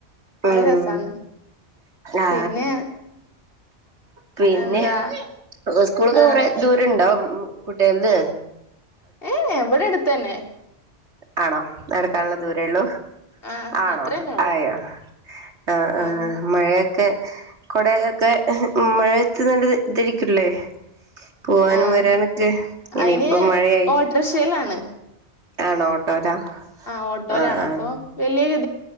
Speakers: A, on the left; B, on the right.
A: നല്ല
B: ഉം
A: രസാണ്
B: ആ
A: പിന്നെ
B: പിന്നെ
A: എന്താ
B: സ്കൂള്ക്ക്
A: ഏഹ്
B: കൊറ ദൂരം ണ്ടോ മ്മ് കുട്ട്യാൾക്ക്
A: ഏഹ് ഇവിടെട്ത്തന്നെ
B: ആണോ നടക്കാനുള്ള ദൂരേള്ളൂ
A: ആഹ്
B: ആണോ
A: അത്രന്നെ ഉള്ളു
B: അയ്യോ ആ
A: ആഹ്
B: മഴയൊ ക്കെ കൊടയൊക്കെ മഴത്ത് ഇത് രിക്കുംലെ പോവാനും
A: ആഹ്
B: വരാനൊക്കെ ഇനിയിപ്പൊ
A: അയിന്
B: മഴയായി
A: ഓട്ടോറിക്ഷയിലാണ്
B: ആണോ ഓട്ടോലാ
A: ആ ഓട്ടോയിലാണ്
B: ആഹ് ആഹ്
A: അപ്പൊ വലിയ